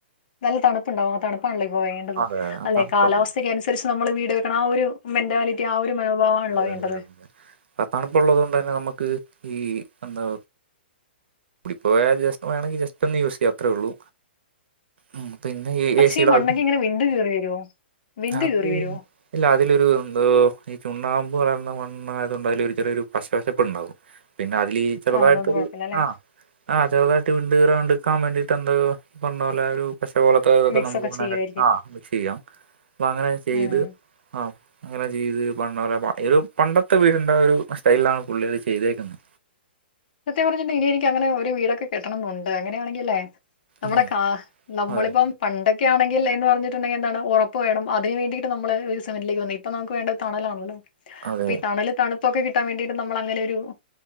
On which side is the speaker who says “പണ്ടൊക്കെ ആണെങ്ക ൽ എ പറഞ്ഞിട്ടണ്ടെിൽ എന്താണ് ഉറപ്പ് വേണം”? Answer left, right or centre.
Left